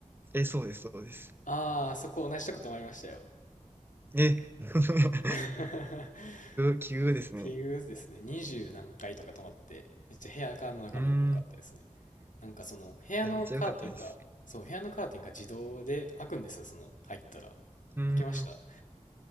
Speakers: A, on the right (about 15°); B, on the left (about 80°).
A: え、そうです、そうです。
B: ああー、そこ同じとこ泊まりましたよ。
A: え、<laughs>
B: <laughs>
A: 急、急ですね。
B: 結局ですね、20何回とか泊まって、めっちゃ部屋からの眺めも良かったですね。
A: うーん、
B: なんかその、部屋のカーテンが、
A: いや、めっちゃ良かったです。
B: そう、部屋のカーテンが自動で開くんですよ、その、入ったら。
A: うーん。
B: 開けました。